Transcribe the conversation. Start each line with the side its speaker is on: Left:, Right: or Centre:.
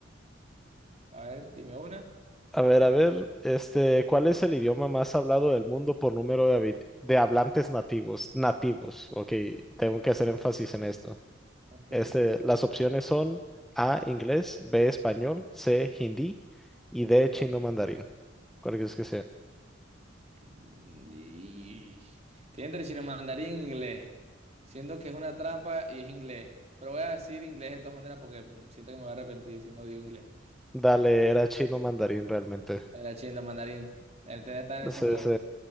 Right: A ver, dime una.
Centre: A ver, a ver, este, ¿cuál es el idioma más hablado del mundo por número de, habit- de hablantes nativos? Nativos, ok, tengo que hacer
Right: Ok.
Centre: énfasis en esto.
Right: ok.
Centre: Este, las opciones son A, inglés, B, español, C, hindi y D, chino mandarín. Cuál es que sea.
Right: Mm, Y... Tiene entre chino mandarín e inglés. Siento que es una trampa y es inglés. Pero voy a decir inglés de todas maneras porque mm, siento que me voy a arrepentir si no digo inglés.
Centre: Dale, era chino mandarín realmente.
Right: Era chino mandarín. El tema está en esas
Centre: Sí,
Right: dos.
Centre: sí,